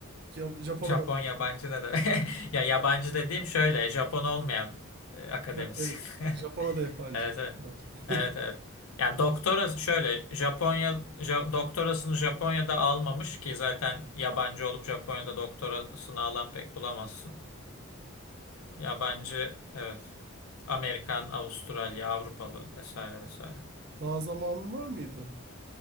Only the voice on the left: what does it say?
Japon
yabancı ne demek? <laughs> Ya yabancı dediğim şöyle Japon olmayan e, akademisyen.
<laughs>
Evet evet.
Evet evet. Yani doktorası şöyle Japonya Ja- doktorasını Japonya'da almamış ki zaten yabancı olup Japonya'da doktorasını alan pek bulamazsın. Ya bence evet. Amerikan, Avustralya, Avrupalı vesaire vesaire.